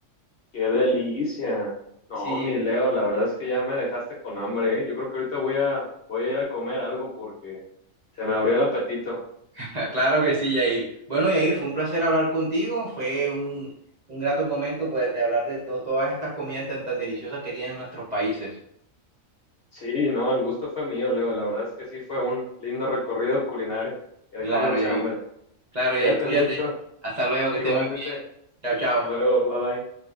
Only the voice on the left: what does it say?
qué delicia. No,
mi Leo, la verdad es que ya me dejaste con hambre, ¿eh? Yo creo que ahorita voy a, voy a ir a comer algo porque se me abrió el apetito.
Sí, no, el gusto fue mío, Leo. La verdad es que sí fue un lindo recorrido culinario que deja
mucha
hambre.
Cuídate
mucho.
Igualmente.
Hasta luego. Bye bye.